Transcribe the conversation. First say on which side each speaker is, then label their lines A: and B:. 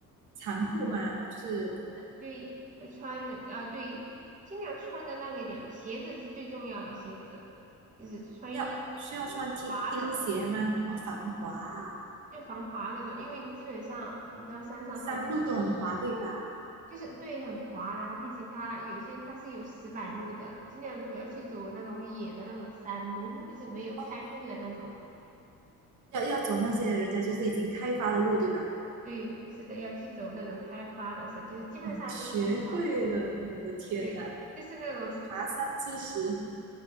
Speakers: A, on the right; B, on the right.
A: 长裤吗？就是
B: 对要穿的啊、对，尽量穿的那个一点，鞋子是最重要的，鞋子就是穿一
A: 要需要穿钉钉鞋吗？
B: 防滑的，
A: 哦，防滑啊，
B: 就防滑那种，因为基本上你知道山上它就
A: 山路都很滑，对吧？
B: 就是对很滑，然后并且它有些它是有石板路的，尽量不要去走那种野的那种山路，<laughs> 就是没有开路的那种。
A: 哦，要要走那些人家就是已经开发的路，对吧？
B: 对，是的，要去走那种开发的时候，就是基本上都是那个，
A: 哇，学会了，我的天呐，
B: 对，就是那种石，
A: 爬山知识，